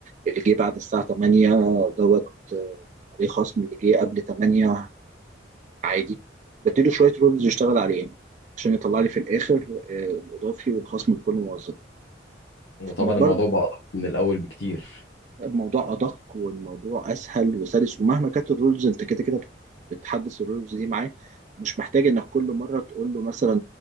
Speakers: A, on the right (about 40°); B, on the left (about 75°).
A: اللي جه بعد الساعة 8 دوت آه، عليه خصم اللي جه قبل 8 عادي بديله شوية رولز يشتغل عليهم عشان يطلع لي في الآخر آه، الإضافي والخصم لكل موظف
B: وطبعا
A: برضه
B: الموضوع بقى أدق من الاول بكتير
A: الموضوع ادق والموضوع اسهل وسلس ومهما كانت الرولز انت كده كده بتحدث الرولز دي معاه مش محتاج انك كل مره تقول له مثلا